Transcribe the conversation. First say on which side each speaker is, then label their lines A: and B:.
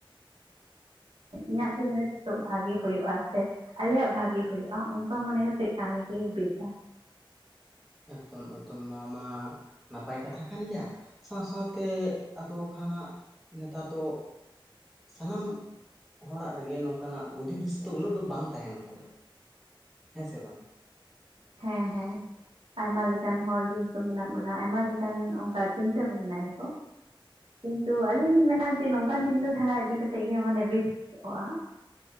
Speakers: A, on the right; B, in the centre.
A: ᱤᱧᱟᱜ ᱜᱮ ᱡᱟᱦᱟᱸ ᱛᱤᱥᱚᱜ ᱵᱷᱟᱹᱜᱮ ᱦᱩᱭᱩᱜᱳᱜᱼᱟ ᱥᱮ, ᱟᱞᱮᱭᱟᱜ ᱵᱷᱟᱹᱜᱤ ᱦᱩᱭᱩᱜᱼᱟ ᱚᱱᱠᱟ ᱢᱚᱱᱮ ᱠᱟᱛᱮᱜ ᱠᱟᱹᱢᱤ ᱜᱮ ᱵᱮᱥᱟ ᱾
B: ᱮᱠᱫᱚᱢ ᱮᱠᱫᱚᱢ ᱱᱚᱣᱟ ᱢᱟ ᱱᱟᱯᱟᱭ ᱠᱟᱛᱷᱟ ᱠᱟᱱ ᱜᱮᱭᱟ ᱾ ᱥᱟᱶ ᱥᱟᱶᱛᱮ ᱟᱫᱚ ᱠᱷᱟᱱᱟᱜ ᱱᱮᱛᱟᱨ ᱫᱚ ᱥᱟᱱᱟᱢ ᱦᱚᱲᱟᱜ ᱨᱮᱜᱮ ᱱᱚᱝᱠᱟᱱᱟᱜ ᱵᱩᱫᱷᱤ ᱫᱤᱥᱟᱹ ᱫᱚ ᱩᱱᱟᱹᱜ ᱫᱚ ᱵᱟᱝ ᱛᱟᱦᱮᱸᱱ ᱠᱟᱱᱟ ᱦᱮᱸ ᱥᱮ ᱵᱟᱝ?
A: ᱦᱮᱸ ᱦᱮᱸ᱾ ᱟᱭᱢᱟ ᱞᱮᱠᱟᱱ ᱦᱚᱲ ᱜᱮ ᱦᱤᱛᱳᱜ ᱢᱮᱱᱟᱜ ᱵᱚᱱᱟ ᱟᱭᱢᱟ ᱞᱮᱠᱟᱱ ᱚᱱᱠᱟ ᱪᱤᱱᱛᱟᱹ ᱵᱷᱟᱵᱱᱟᱭᱟ ᱠᱚ ᱾ ᱠᱤᱱᱛᱩ ᱟᱹᱞᱤᱧ ᱞᱤᱧ ᱢᱮᱱᱟ ᱡᱮ ᱱᱚᱝᱠᱟᱱ ᱪᱤᱱᱛᱟᱹ ᱫᱷᱟᱨᱟ ᱤᱫᱤ ᱠᱟᱛᱮᱫ ᱜᱮ ᱢᱟᱱᱮ ᱵᱮᱥᱚᱜ-ᱟ ᱾